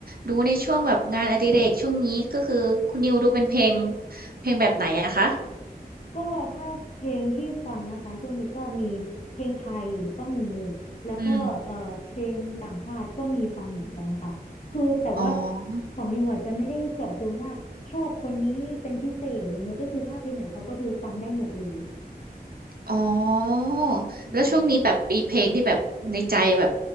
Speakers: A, on the right; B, on the left.
A: ดูในช่วงแบบงานอดิเรกช่วงนี้ก็คือคุณนิวดูเป็นเพลงเพลงแบบไหนอะคะ
B: ก็ถ้าเพลงที่ฟังนะคะช่วงนี้ก็มีเพลงไทยก็มีแล้วก็เอ่อเพลงต่างชาติก็มีฟังเหมือนกันนะคะคือแต่ว่า
A: อืมอ๋อ
B: ของนิวอาจจะไม่ได้เจาะจงว่าชอบคนนี้เป็นพิเศษอะไรเงี้ยก็คือถ้าเพลงไหนเพราะก็คือฟังได้หมดเลย
A: อ๋อ
B: อืม
A: แล้วช่วงนี้แบบมีเพลงที่แบบในใจแบบ